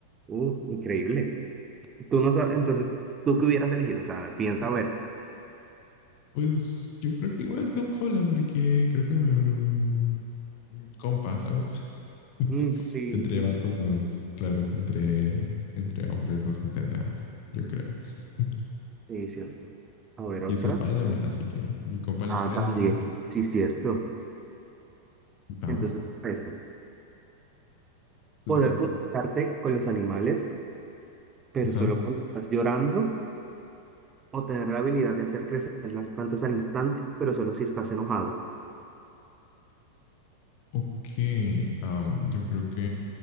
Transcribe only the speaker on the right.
uh, increíble. Tú no sabes, entonces, ¿tú qué hubieras elegido? O sea, piensa a ver.
Mm, sí,
sí,
sí.
Sí, cierto. A ver, otra.
Ah,
también.
Sí, cierto.
Entonces, perfecto.
Poder
comunicarte con los animales pero
solo cuando estás llorando o tener la habilidad de hacer crecer las plantas al instante, pero solo si estás enojado.